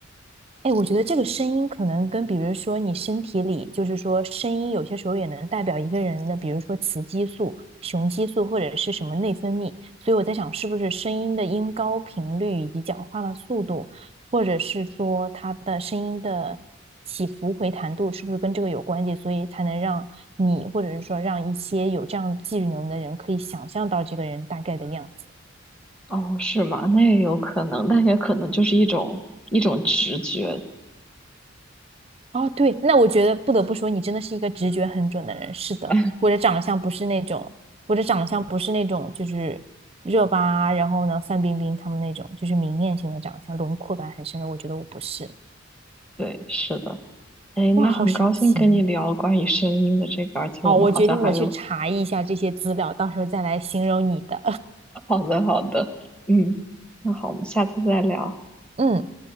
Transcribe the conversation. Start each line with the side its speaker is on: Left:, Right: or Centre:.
Right: 哎，我觉得这个声音可能跟，比如说你身体里，就是说声音有些时候也能代表一个人的，比如说雌激素、雄激素或者是什么内分泌。所以我在想，是不是声音的音高频率以及讲话的速度，或者是说他的声音的起伏回弹度，是不是跟这个有关系？所以才能让你，或者是说让一些有这样技能的人，可以想象到这个人大概的样子。
Centre: 哦，是吗？那也有可能，那也可能就是一种一种直觉。
Right: 哦，对，那我觉得不得不说，你真的是一个直觉很准的人。是的，
Centre: <laughs>
Right: 我的长相不是那种，我的长相不是那种，就是热巴，然后呢，范冰冰他们那种，就是明艳型的长相，轮廓感很深的。我觉得我不是。
Centre: 对，是的。哎，
Right: 哇，
Centre: 那很高兴跟你聊关于声音的这个，
Right: 好神奇哦！
Centre: 而且我们好像还有
Right: 好，我决定我去查一下这些资料，到时候再来形容你的。
Centre: <laughs> 好的好的，嗯，那好，我们下次再聊。
Right: <laughs> 嗯。